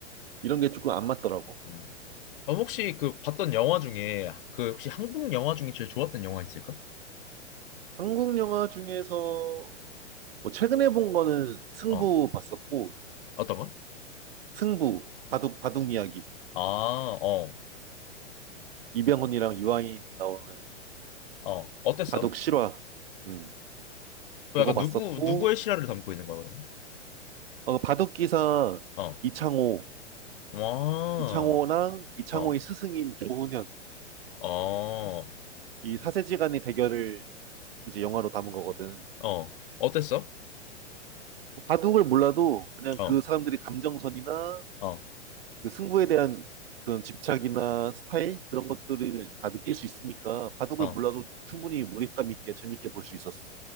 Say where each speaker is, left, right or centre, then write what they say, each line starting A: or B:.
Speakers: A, on the right (about 55°); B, on the left (about 50°).
A: 이런 게 조금 안 맞더라고.
B: 음. 그럼 혹시 그 봤던 영화 중에 그 혹시 한국 영화 중에 제일 좋았던 영화 있을까?
A: 한국 영화 중에서 뭐 최근에 본 거는 승부
B: 어,
A: 봤었고,
B: 어떤 거?
A: 승부, 바둑, 바둑 이야기.
B: 아, 어,
A: 이병헌이랑 유아인 나오는
B: 어, 어땠어?
A: 바둑 실화. 음,
B: 그
A: 그거
B: 약간
A: 봤었고,
B: 누구 누구의 실화를 담고 있는 거야 그러면?
A: 어, 바둑 기사
B: 어,
A: 이창호,
B: 와,
A: 이창호랑 이창호의
B: 어,
A: 스승인 조훈현.
B: 어,
A: 이 사세지간의 대결을 이제 영화로 담은 거거든.
B: 어, 어땠어?
A: 바둑을 몰라도 그냥
B: 어,
A: 그 사람들이 감정선이나
B: 어,
A: 그 승부에 대한 그런 집착이나 스타일 그런 것들을 다 느낄 수 있으니까 바둑을
B: 어,
A: 몰라도 충분히 몰입감 있게 재밌게 볼 수 있었어.